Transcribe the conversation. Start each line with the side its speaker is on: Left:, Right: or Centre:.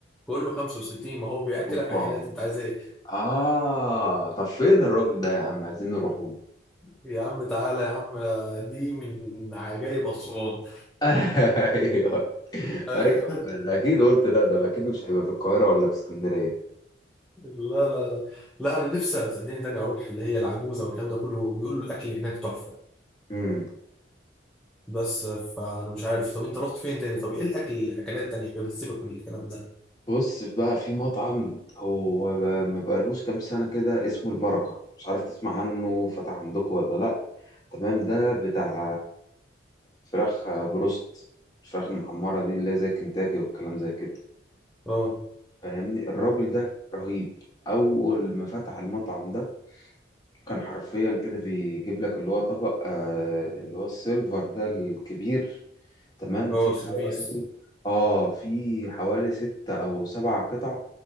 Centre: كله 65 ما هو بياكلك
Left: اوبا
Centre: عينات انت عايز ايه
Left: اه طب فين الراجل ده يا عم عايزين نروحوا
Centre: يا عم تعالى يا عم دي من عجائب أسوان
Left: <laughs> ايوه
Centre: أيوة.
Left: ايوه أنا
Centre: <laughs>
Left: اكيد قلت لا ده اكيد مش هيبقى في القاهره ولا في اسكندريه
Centre: لا لا لا لا أنا نفسي صدقني تاني أروح اللي هي العجوزة والكلام ده كله بيقولوا الأكل هناك تحفة
Left: امم
Centre: بس فأنا مش عارف طب أنت رحت فين تاني طب إيه الأكل الأكلات التانية غير سيبك من الكلام ده
Left: بص بقى في مطعم هو بقى- ما بقالوش كام سنه كده اسمه البركه مش عارف تسمع عنه فتح عندكم ولا لا تمام ده بتاع فراخ بروست الفراخ المحمره دي اللي هي زي كنتاكي والكلام زي كده
Centre: أه
Left: فاهمني الراجل ده رهيب اول ما فتح المطعم ده كان حرفيا كده بيجيب لك اللي هو طبق آه اللي هو السيلفر ده الكبير تمام
Centre: اه
Left: فيه
Centre: سيرفيس
Left: حوالي اه فيه حوالي ستة أو سبعة قطع